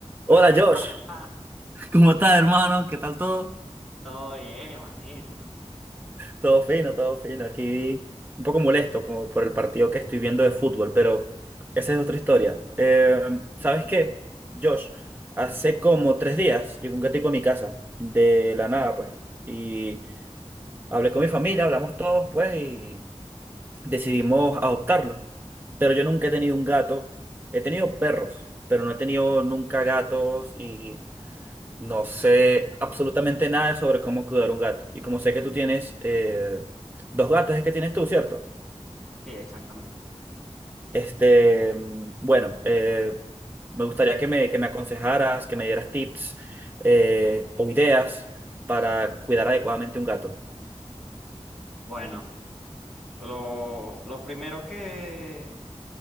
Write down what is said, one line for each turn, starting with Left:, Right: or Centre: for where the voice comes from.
Centre: Bueno,
Right: Hola
Centre: mi
Right: Josh,
Centre: pana,
Right: ¿Cómo estás, hermano? ¿Qué tal todo?
Centre: todo bien, manito.
Right: todo fino, todo fino. Aquí un poco molesto como por el partido que estoy viendo de fútbol, pero esa es otra historia. Eh, ¿sabes qué, Josh? Hace como tres días llegó un gatico a mi casa, de la nada, pues. Y hablé con mi familia, hablamos todos, pues, y decidimos adoptarlo. Pero yo nunca he tenido un gato. He tenido perros, pero no he tenido nunca gatos y No sé absolutamente nada sobre cómo cuidar un gato. Y como sé que tú tienes eh, dos gatos, es que tienes tú, ¿cierto?
Centre: Sí, exactamente.
Right: Este, mm, bueno, eh, me gustaría que me, que me aconsejaras, que me dieras tips eh, o ideas para cuidar adecuadamente un gato.
Centre: Bueno, lo, lo primero que,